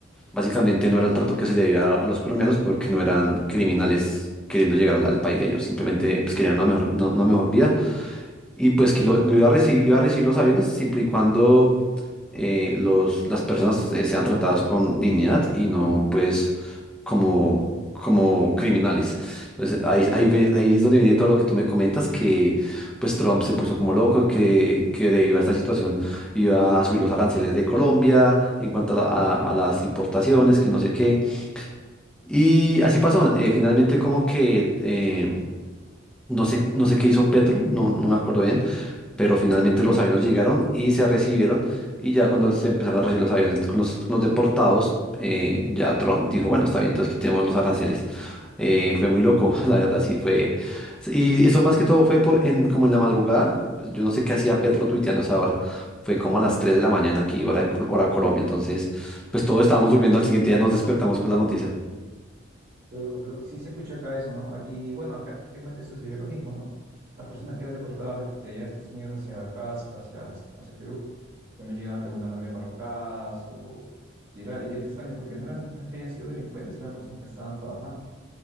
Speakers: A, in the centre; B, on the right.
A: básicamente no era el trato que se le debía a, a los colombianos porque no eran criminales queriendo llegar al, al país de ellos, simplemente pues, querían una mejor, una, una mejor vida y pues que lo, lo iba a recibir, iba a recibir los aviones siempre y cuando eh, los, las personas eh, sean tratadas con dignidad y no pues como, como criminales. Entonces ahí, ahí, ve- ahí es donde viene todo lo que tú me comentas, que pues Trump se puso como loco, que, que debido a esta situación iba a subir los aranceles de Colombia en cuanto a, la- a- a las importaciones, que no sé qué. Y así pasó, eh, finalmente como que... eh, No sé, no sé qué hizo Petro, no, no me acuerdo bien, pero finalmente los aviones llegaron y se recibieron y ya cuando se empezaron a recibir los aviones con los, con los deportados, eh, ya Trump dijo, bueno, está bien, entonces quitemos los aranceles. Eh, fue muy loco, <laughs> la verdad, sí, fue. Y eso más que todo fue por en, como en la madrugada, yo no sé qué hacía Petro tuiteando a esa hora, fue como a las 3 de la mañana aquí, hora, de Col- hora Colombia, entonces pues todos estábamos durmiendo, al siguiente día nos despertamos con la noticia.
B: Pero lo que, lo que sí se escuchó acá eso, ¿no? Aquí, bueno, acá efectivamente sucedió lo mismo, ¿no? Las personas que eran deportadas de, de allá de Estados Unidos hacia acá, hacia, hacia Perú, también llegaban de alguna manera marrocadas o... Y era, y era extraño porque no, eran, no es que hayan sido delincuentes, eran personas que estaban trabajando.